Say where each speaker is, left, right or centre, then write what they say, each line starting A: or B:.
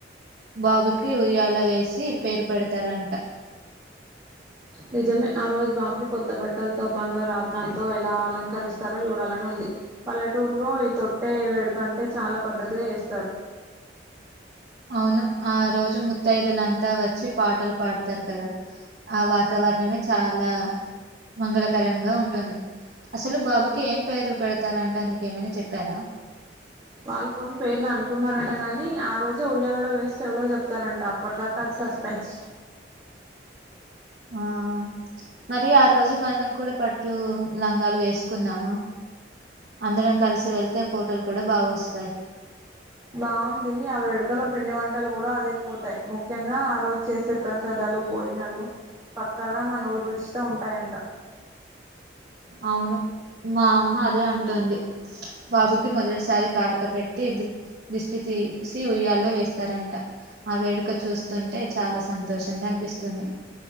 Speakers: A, on the right; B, on the right.
A: బాబుకి ఉయ్యాల వేసి పేరు పెడతారంట
B: నిజమే ఆ రోజు బాబుని కొత్త బట్టలతో బంగారు ఆభరణాలతో ఎలా అలంకరిస్తారో చూడాలని ఉంది పల్లెటూరులో ఈ తొట్టే వేడుకంటే చాలా పద్ధతిగా వేస్తారు
A: అవును ఆ రోజు ముత్తైదులంతా వచ్చి పాటలు పాడతారు కదా ఆ వాతావరణమే చాలా మంగళకరంగా ఉంటుంది అసలు బాబుకి ఏం పేరు పెడతారంటా నీకేమైనా చెప్పారా
B: వాళ్ళు కొని పేర్లు అనుకున్నారంట గాని ఆ రోజే ఉయ్యాలలో వేసి చెవిలో చెప్తారంట అప్పటి దాకా అది సస్పెన్స్
A: ఆ మరి ఆ రోజు మనం కూడా పట్టు లంగాలు వేసుకుందామా అందరం కలిసి వెళ్తే ఫోటోలు కూడా బా వస్తాయి
B: బావుందీ ఆ వేడుకలో పిండి వంటలు కూడా అదిరిపోతాయి ముఖ్యంగా ఆ రోజు చేసే ప్రసాదాలు భోజనాలు పక్కాగా మన ఊరు రుచితో ఉంటాయంట
A: అవును మా అమ్మ అదే అంటుంది బాబుకి మొదటిసారి కాటక పెట్టి ద దిష్టి తీసి ఉయ్యాల్లో వేస్తారంట ఆ వేడుక చూస్తుంటే చాలా సంతోషంగా అనిపిస్తుంది